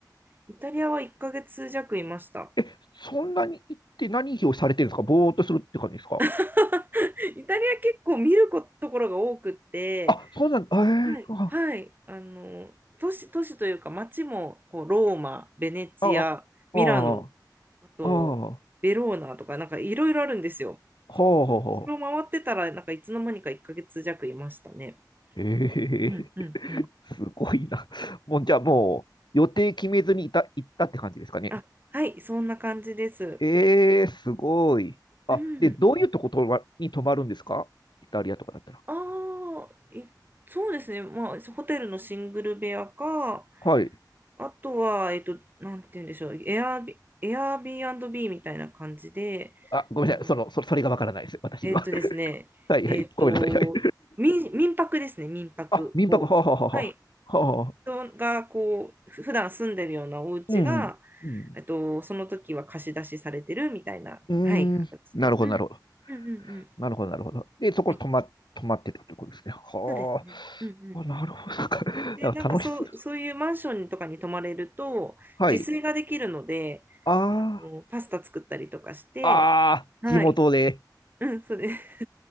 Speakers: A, on the right; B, on the left.
A: イタリアは1ヶ月弱いました。
B: え、そんなに行って何をされてるんですかぼーっとするって感じですか
A: <laughs> イタリア結構見ること、ころが多くって、
B: あ、そうなんだ。えー、
A: はい、
B: あ、
A: はい、あの、都市、都市というか街もこうローマ、ベネチア、
B: あ、
A: ミラノ、
B: あ、あ、は
A: あとベローナとかなんかいろいろあるんですよ。
B: あ、はう
A: それを回ってたらなんかいつの間にか1ヶ月弱いましたね。
B: えー、
A: うんうんうん。
B: すごいな。もう、じゃあもう、予定決めずにいた、行ったって感じですかね。
A: あ、はい、そんな感じです。
B: ええすごい。あ、
A: うん。
B: で、どういうとこ泊まに泊まるんですかイタリアとかだったら。
A: ああ、いそうですね。まあ、ホテルのシングル部屋か、
B: はい。
A: あとは、えっと、なんて言うんでしょう、エアビ、エアビービーみたいな感じで、
B: あ、ごめんなさい。
A: あの、
B: その、そ、それがわからないです。私には。
A: えっとですね、
B: <laughs> はいはい。
A: えっと、
B: ごめんなさい。はい。
A: 民、民泊ですね、民泊。
B: あ、民泊、
A: こう、
B: はあ、はあ、はあ、
A: はい。
B: はあ。はあ
A: 人が、こう、ふ普段住んでるようなお家が、
B: うん。うん。
A: えっと、その時は貸し出しされてるみたいな、
B: うーん。
A: はい、形で。
B: なるほど、
A: うん。
B: なるほど。
A: うんうんうん。
B: なるほど、なるほど。で、そこ泊ま、
A: はい
B: 泊まってたってことですね。は
A: そうですね。うんうん
B: あ。あ、なるほど。なんかなんか楽しそう。
A: で、なんかそう、そういうマンションとかに泊まれると、
B: はい。
A: 自炊ができるので、
B: あ
A: あの、パスタ作ったりとかして、
B: あ。ああ。
A: はい。
B: 地元で。
A: うん、そうです。